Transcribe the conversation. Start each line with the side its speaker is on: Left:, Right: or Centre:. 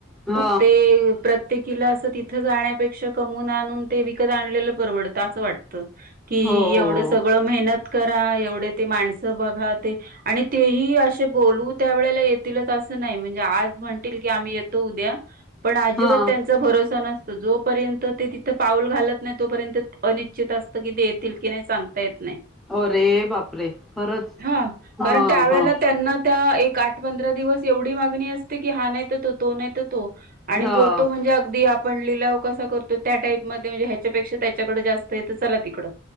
Centre: ह
Right: मग ते प्र त्येकीला असं तिथं जाण्यापेक्षा कमवून आणून ते विकत आणलेलं परवडतं असं वाटतं. कि
Centre: हो हो
Right: एवढं सगळं
Centre: हो.
Right: मेहनत करा एवढे ते माणसं बघा ते आणि तेही असे बोलू त्या वेळेला येतीलच असं नाही म्हणजे आज म्हणतील की आम्ही येतो उद्या पण अजिबात
Centre: हा
Right: त्यांचा भरोसा नस तो जोपर्यंत ते तिथं पाऊल घालत नाही तोपर्यंत अनिश्चित असतं की ते येतील की नाही सांगता येत नाही.
Centre: अरे बापरे खरंच.
Right: हा कारण
Centre: ह
Right: त्यावेळेला
Centre: ह
Right: त्यांना त्या एक आठ पंधरा दिवस एवढी मागणी असते की हा नाही त तो तो नाही तो आणि
Centre: ह हो
Right: जोतो म्हणजे अगदी आप ण लिलाव कसा करतो त्या टाईपमध्ये म्हणजे ह्याच्यापेक्षा त्याच्याकडे जास्तये त चला तिकडं.